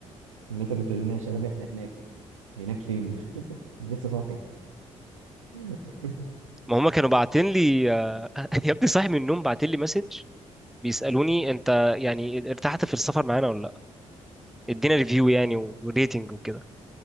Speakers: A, on the right; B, in the centre.
A: لقيتك بتقول لنا يا شباب احنا هناك هناك فين <laughs> انا لسه صاحي <laughs>
B: ما هم كانوا باعتين لي آه، <laughs> يا ابني صاحي من النوم باعتين لي مسج بيسالوني انت يعني ارتحت في السفر معانا ولا لا ادينا ريفيو يعني وريتنج وكده